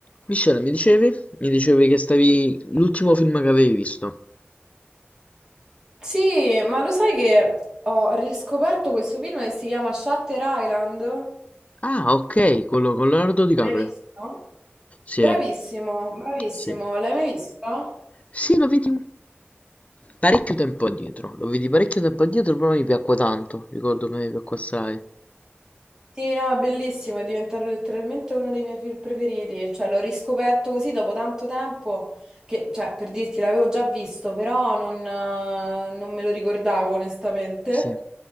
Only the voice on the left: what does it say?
Michele, mi dicevi? Mi dicevi che stavi... l'ultimo film che avevi visto.
Ah, ok, quello con Leonardo DiCaprio.
Sì,
sì.
Sì, lo vedi un... parecchio tempo addietro. Lo vedi parecchio tempo addietro, però mi piacque tanto. Ricordo che mi piacque assai.
Sì,